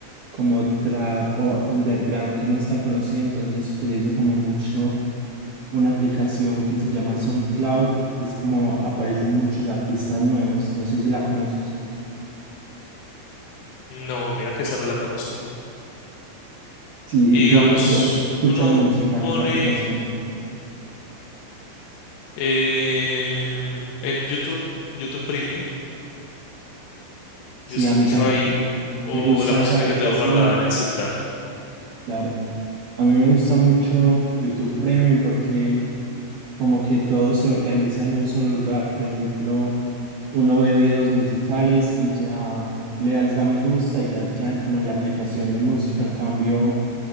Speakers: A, on the right; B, on the left.
A: como trap o underground que no es tan conocida, entonces utilizo como mucho una aplicación que se llama SoundCloud, que es como aparecen muchos artistas nuevos, no sé si la conoces.
B: No, mira que esa no la conozco.
A: Sí,
B: Y
A: ¿y tú
B: digamos,
A: eh, dónde escuchas
B: uno
A: música? ¿En
B: pone
A: qué aplicación?
B: em, en YouTube, YouTube Premium.
A: Sí,
B: yo escucho
A: a mí también
B: ahí
A: me
B: o
A: me gusta
B: la música
A: esa aplicación,
B: que tengo guardada en el celular.
A: claro. A mí me gusta mucho YouTube Premium porque como que todo se organiza en un solo lugar. Por ejemplo, uno ve videos musicales y ya le das da me gusta y ya quedan como en la aplicación de música. En cambio,